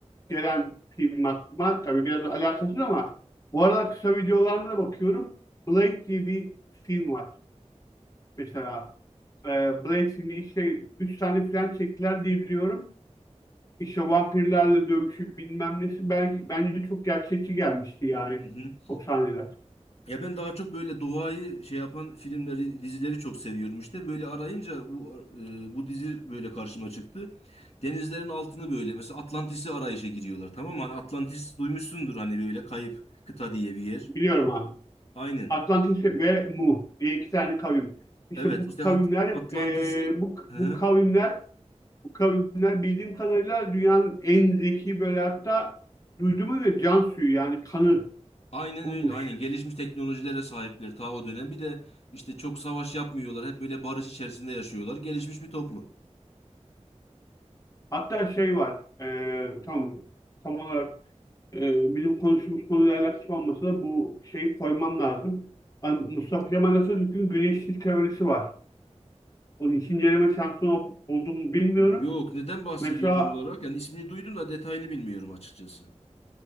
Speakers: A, on the left; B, on the left.
A: gelen film aklıma tabii biraz alakasız ama bu arada kısa videolarına da bakıyorum. Blade diye bir film var. Mesela e, Blade filmi işte 3 tane falan çektiler diye biliyorum. İşte vampirlerle dövüşü bilmem nesi belki bence çok gerçekçi gelmişti yani
B: Hı hı.
A: o sahneler.
B: Ya ben daha çok böyle doğayı şey yapan filmleri, dizileri çok seviyorum işte. Böyle arayınca bu e, bu dizi böyle karşıma çıktı. Denizlerin altını böyle mesela Atlantis'i arayışa giriyorlar tamam mı? Hani Atlantis duymuşsundur hani böyle kayıp kıta diye bir yer.
A: Biliyorum abi.
B: Aynen.
A: Atlantis ve Mu diye iki tane kavim. İşte
B: Evet
A: bu kavimler
B: işte At- Atlantis'i
A: e, bu,
B: Hı
A: bu
B: hı.
A: kavimler bu kavimler bildiğim kadarıyla dünyanın en zeki böyle hatta duyduğuma göre can suyu yani kanı
B: aynen
A: bulmuş.
B: öyle aynen gelişmiş teknolojilere sahipler ta o dönem. Bir de işte çok savaş yapmıyorlar. Hep böyle barış içerisinde yaşıyorlar. Gelişmiş bir toplum.
A: Hatta şey var, e, tam tam olarak e, bizim konuştuğumuz konuyla alakası olmasa da bu şeyi koymam lazım. An- Mustafa Kemal Atatürk'ün güneşsiz teorisi var. Onun hiç inceleme şansı ol- oldu mu bilmiyorum.
B: Yok neden bahsediyor
A: Mesela
B: tam olarak? Yani ismini duydum da detayını bilmiyorum açıkçası.